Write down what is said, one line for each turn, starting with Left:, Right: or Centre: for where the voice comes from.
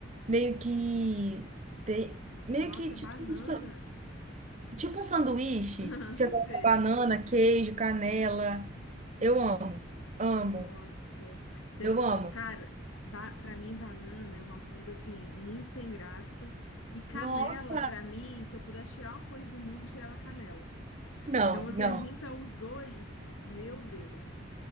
Right: meio que te-
Left: Nossa,
Right: meio que tipo
Left: banana.
Right: um, sa- tipo um sanduíche,
Left: <laughs>
Right: que você coloca
Left: Sei.
Right: banana, queijo, canela. Eu amo, amo,
Left: Nossa. Você-
Right: eu amo.
Left: Cara, ba... pra mim, banana é uma fruta assim, muito sem graça. E canela,
Right: Nossa,
Left: pra mim, se eu pudesse tirar uma coisa do mundo, eu tirava canela.
Right: não,
Left: Então você
Right: não.
Left: junta os dois, meu Deus.